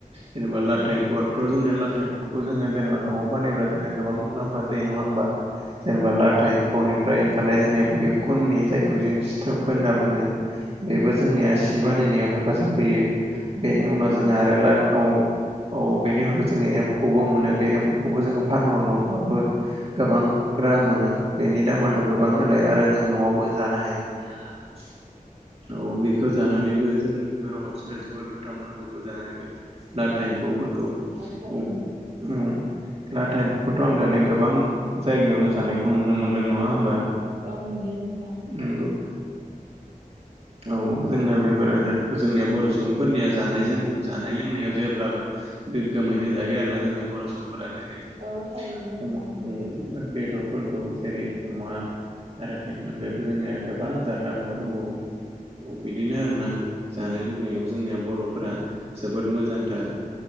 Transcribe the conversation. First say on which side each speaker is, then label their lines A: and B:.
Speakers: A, on the right (about 45°); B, on the right (about 75°).
A: जेनेबा
B: नंगौ
A: लाथा एम्फआथ जोनिया लाथा एम्फौखौ जोङो जेनेबा न'आव बानायोबा जोंहा गोबां मुलाम्फा जायो नङा होमबा जेनेबा
B: औ नंगौ
A: लाथा एम्फौनिफ्राय ओंखारनाय जोंनिया बेयो खुननि जायखौ जों सिथोब होनना बुङो बेबो जोंनिया सि बानायनायाव हेफाजाब होयो बेनि उनाव
B: औ
A: जोंहा
B: नंगौ
A: आरो लाटाव औ बेनि उनाव जोङो एम्फौबो मोनो बे एम्फौखौबो जोङो फानहरनोबाबो गोबां रां मोनो बेनि दामाथ गोबां नलाय आरो जों न'आवबो जानो हायो <inaudible> औ बेखौ जानानैबो जों बर' मानसिफोरा जोबोद गोथाव मोनो बेखौ जानानैबो लाथा एम्फौफोरखौ
B: नोंथां
A: औ
B: थारैनो
A: औ लाथा एम्फौखौथ आं दानि गोबां जायगायावनो जानायखौ नुनो मोनदों नङा होमबा
B: औ नुयो नोंथां
A: नंगौ औ जोनिया बेफोर आनजाफोरखौ जोंनिया बर' सुबुंफोरनिया जानायजों जानाय लोंनायाव जेब्लाबो गोग्गोमैनो जायो आरोना जोंनिया बर' सुबुंफोरा जेरै जोङो
B: औ थारैनो नोंथां
A: अमा
B: नंगौ
A: अमा बेदरफोरखौ जेरै अमा आरो बेनि अनगायैबो जोंनिया गोबां जाग्रा मुवा दंबावो बिदिनो आरोना जानाय लोंनायाव जोंनिया बर'फोरा जोबोद मोजांथार